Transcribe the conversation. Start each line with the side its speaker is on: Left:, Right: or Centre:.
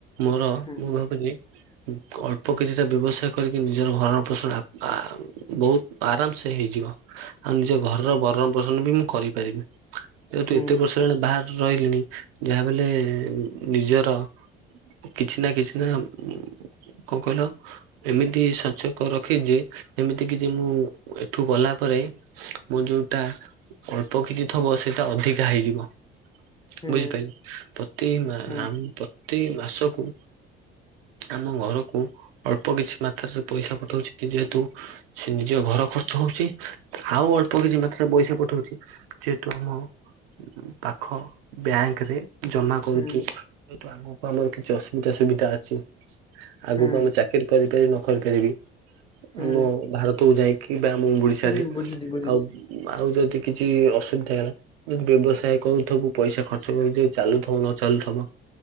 Right: ମୋର
Left: ହୁଁ
Right: ମୁଁ ଭାବୁଛି ଅଳ୍ପ କିଛିଟା ବ୍ୟବସାୟ କରିକି ନିଜର ଘରର ଫସଲ ଆ-ଆ-ଆ ବହୁତ ଆରାମସେ ହେଇଯି ବ ଆଉ ନିଜ ଘରର ବରଣ ପୋଷଣ ବି ମୁଁ କରିପାରିବି। ଯେହେତୁ
Left: ହୁଁ
Right: ଏତେ ବର୍ଷ ହେଲାଣି ବାହା ରହିଲିଣି ଯାହା ବଲେ-ଏ-ଏ-ଏ ନିଜର କିଛି ନା କିଛି ନା ଉ-ଉ କଣ କହିଲ ଏମିତି ସଞ୍ଚକ ରଖିଛି ଯେମିତି କି ଯେ ମୁଁ ଏଠୁ ଗଲା ପରେ ରେ ମୁଁ ଯୋଉଟା ଅଳ୍ପ କିଛି ଥବ ସେଇଟା ଅଧିକା ହେଇଯିବ।
Left: ହୁଁ
Right: ବୁଝିପାରିଲେ, ପ୍ରତି ମା
Left: ହୁଁ
Right: ଆମ ପ୍ରତି ମାସକୁ ଆମ ଘରକୁ ଅଳ୍ପ କିଛି ମାତ୍ରାରେ ପଇସା ପଠଉଛି ଯେହେତୁ ସେ ନିଜ ଘର ଖର୍ଚ୍ଚ ହଉଛି ଆଉ ଅଳ୍ପ କିଛି ମାତ୍ରାରେ ପଇସା ପଠଉଛି ଯେହେତୁ ଆମ ଉ-ଉ ପାଖ ବ୍ୟାଙ୍କରେ ଜମା କରୁଛି।
Left: ହୁଁ
Right: ଯେହେତୁ ଆଗକୁ ଆମର କିଛି ଅସୁବିଧା ସୁବିଧା ଅଛି। ଆଗକୁ
Left: ହୁଁ
Right: ଆମ ଚାକିରୀ କରିପାରିବି ନ କରିପାରିବି
Left: ହୁଁ
Right: ଆମ ଭାରତକୁ ଯାଇକି ବା ଆମ ଓଡିଶାରେ
Left: ହୁଁ ବୁଝୁଛି ବୁଝୁଛି।
Right: ଆଉ ଆଉ ଯଦି କିଛି ଅସୁବିଧା ହେଲା ଯ ବ୍ୟବସାୟ କରୁଥିବୁ ପଇସା ଖର୍ଚ୍ଚ କରି ଯେ ଚାଲୁଥିବ ନ ଚାଲୁଥିବ